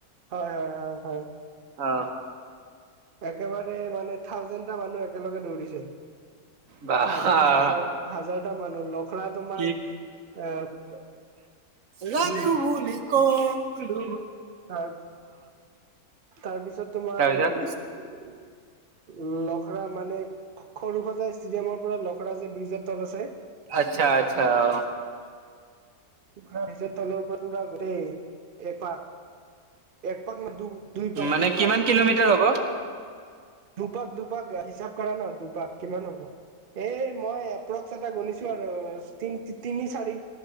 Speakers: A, on the right; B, on the right.
A: হয় হয় হয় হয়।
B: অ
A: একেবাৰে মানে থাউজেণ্ডটা মানুহ একেলগে দৌৰিছে।
B: বাহ
A: খাজাৰ হাজাৰ হাজাৰ এটা মানুহ লখৰা তোমাৰ
B: কি
A: এ
B: লক
A: উম
B: টো বুলি কউ লো।
A: ত তাৰপিছত তোমাৰ
B: তাৰপিছত
A: উ লখৰা মানে সৰু সজাই ষ্টেডিয়ামৰ পৰা লখৰা যে ব্ৰিজৰ তল আছে।
B: আচ্ছা আচ্ছা অ।
A: <unintelligible> একপাক একপাক দু দুই পাক
B: মানে
A: দুই
B: কিমান
A: পাক
B: কিলোমিটাৰ হ'ব?
A: দুপাক দুপাক হিচাব কৰা ন দুপাক কিমান হ'ব? এই মই চেন্তা গণনিছো আৰ তি তিনি চাৰি